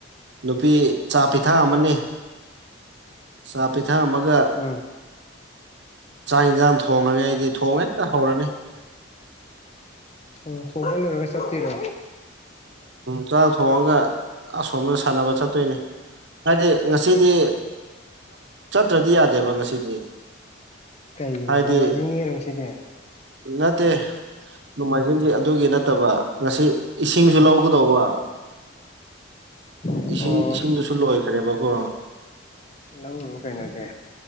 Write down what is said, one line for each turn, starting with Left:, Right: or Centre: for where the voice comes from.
Right: ꯅꯨꯄꯤ ꯆꯥ ꯄꯤꯊꯛ ꯑꯃꯅꯤ ꯆꯥꯛ ꯄꯤꯊꯛꯑꯝꯃꯒ
Left: ꯎꯝ
Right: ꯆꯥꯛ ꯌꯦꯟꯁꯥꯡ ꯊꯣꯡꯉꯅꯤ ꯑꯩꯗꯤ ꯊꯣꯡꯉꯦ ꯍꯦꯛꯇ ꯍꯧꯔꯅꯤ
Left: ꯑꯣ ꯐꯣꯜ ꯕꯁꯠꯇꯤꯔꯣ
Right: ꯆꯇꯥꯛ ꯊꯣꯡꯉꯒ ꯑꯁꯣꯝꯅ ꯁꯥꯟꯅꯕ ꯆꯠꯇꯣꯏꯅꯤ ꯍꯥꯏꯗꯤ ꯉꯁꯤꯗꯤ ꯆꯠꯇ꯭ꯔꯗꯤ ꯌꯥꯗꯦꯕ ꯉꯁꯤꯗꯤ
Left: ꯀꯩꯒꯤꯅꯣ
Right: ꯍꯥꯏꯗꯤ
Left: ꯅꯣꯡꯃꯥꯏꯖꯤꯡꯅꯤꯅ ꯉꯁꯤꯗꯤ
Right: ꯅꯠꯇꯦ ꯅꯃꯜꯁꯤꯡꯁꯤ ꯑꯗꯨꯒꯤ ꯅꯠꯇꯕ ꯉꯁꯤ ꯏꯁꯤꯡꯁꯨ ꯂꯧꯒꯗꯧꯕ
Left: ꯑꯣ
Right: ꯏꯁꯤꯡ ꯏꯁꯤꯡꯗꯨꯁꯨ ꯂꯣꯏꯈ꯭ꯔꯦꯕꯀꯣ
Left: ꯂꯧꯔꯣ ꯀꯩꯅꯣꯗꯤ